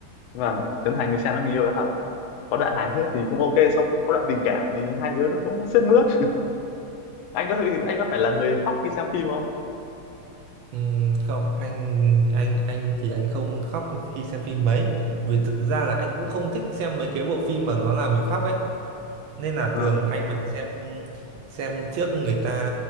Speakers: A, on the left; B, on the right.
A: vâng Trấn Thành thì xem nó nhiều là hợp có đoạn hài hước thì cũng ok xong cũng có đoạn tình cảm thì hai đứa nó cũng sướt mướt anh có anh có phải là người khóc khi xem phim không
B: Ừm, không, anh anh anh thì anh không khóc khi xem phim mấy, vì thực ra là anh cũng không thích xem mấy cái bộ phim mà nó làm mình khóc ấy. nên là
A: Vâng.
B: thường anh mà xem xem trước người ta